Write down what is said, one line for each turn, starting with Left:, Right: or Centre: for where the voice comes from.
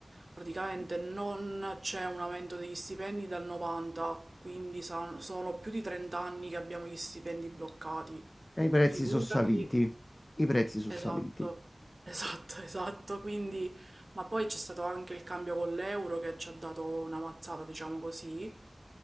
Right: praticamente non c'è un aumento degli stipendi dal 90, quindi sa- sono più di 30 anni che abbiamo gli stipendi bloccati.
Left: E i prezzi
Right: Figurati,
Left: sono saliti. I prezzi sono
Right: Esatto,
Left: saliti.
Right: esatto, <laughs> esatto. Quindi, ma poi c'è stato anche il cambio con l'euro che ci ha dato una mazzata, diciamo così.